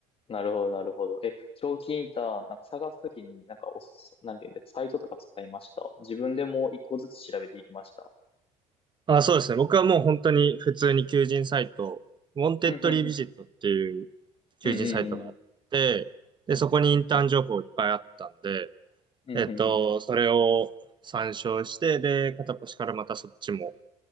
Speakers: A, on the left; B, on the right.
A: なるほど、なるほど。え、賞金ターン、なんか探すときに、なんかおす、なんていうんだ、サイトとか使いました自分でもう一個ずつ調べていきました。
B: あ、そうですね。僕はもう本当に普通に求人サイト、ウォンテッドリービジットっていう
A: うんうんうんうん。
B: 求人サイトがあって、
A: うんうんうん。
B: で、
A: うんうんう
B: そこにインターン情報いっぱいあったんで、
A: ん。うんうんうん。
B: えっと、それを参照して、で、片っ端からまたそっちも、